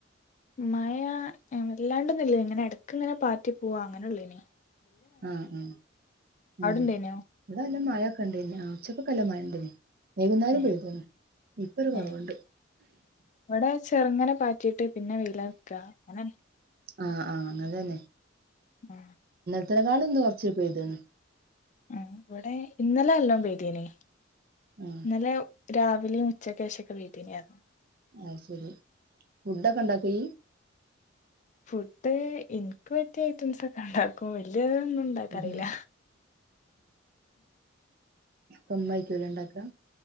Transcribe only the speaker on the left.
മഴ വല്ലാണ്ടൊന്നും ഇല്ല ഇങ്ങനെ ഇടക്ക ഇങ്ങനെ പാറ്റി പോവാ അങ്ങനെള്ളു ഇന
ഇണ്ടേനോ
ഏ
ഏ ഇവിടെ ചെറുങ്ങനെ പാറ്റിട്ട് പിന്നെ വെയിലറക്ക അങ്ങനെ
ഉ
ഉ ഇവിടെ ഇന്നലെ അല്ലോ പ്രേദീനെ
ഇന്നലെ രാവിലെയും ഉച്ച ക്കെശൊക്കെ പെയ്തീനി പറഞ്ഞു
ഫുഡ് എനിക്ക് പറ്റിയ ഐറ്റംസ് ഒക്കെ ഉണ്ടാക്കും വല്ല്യ ഒന്നുണ്ടാക്കറിയില്ല